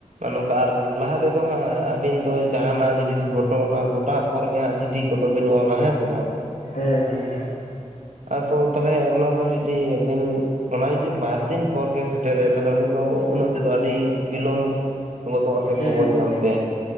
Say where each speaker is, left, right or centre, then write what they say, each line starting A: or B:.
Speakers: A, on the right; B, on the left.
A: ᱱᱚᱝᱠᱟ ᱟᱨ ᱞᱟᱦᱟ ᱛᱮᱫᱚ ᱦᱟᱸᱜ ᱟᱹᱵᱤᱱ ᱫᱚ ᱡᱟᱦᱱᱟᱜ ᱡᱤᱱᱤᱥ ᱜᱷᱚᱴᱚᱱᱟ ᱜᱷᱚᱴᱟᱜ ᱯᱚᱨ ᱜᱮ ᱦᱟᱸᱜ ᱪᱤᱴᱷᱤ ᱠᱚᱫᱚ ᱵᱤᱱ ᱚᱞᱟ ᱦᱮᱸ ᱥᱮ ᱵᱟᱝ?
B: ᱦᱮᱸ ᱦᱮᱸ᱾
A: ᱟᱫᱚ ᱛᱟᱦᱚᱞᱮ ᱚᱱᱟ ᱫᱚ ᱡᱩᱫᱤ ᱟᱹᱵᱤᱱ ᱚᱱᱟ ᱡᱩᱫᱤ ᱵᱟᱨ ᱫᱤᱱ ᱯᱚᱨ ᱜᱮᱥᱮ ᱥᱮᱴᱮᱨᱟᱭᱟ ᱛᱟᱦᱚᱞᱮ ᱩᱱᱤ ᱫᱚ ᱩᱱᱟᱹᱜ ᱛᱮᱫᱚ ᱟᱹᱰᱤ ᱵᱤᱞᱚᱢ ᱜᱚᱫᱚᱜᱼᱟ᱾ ᱥᱮ
B: ᱦᱮᱸ
A: ᱠᱷᱚᱵᱚᱨ ᱧᱟᱢ ᱛᱮ᱾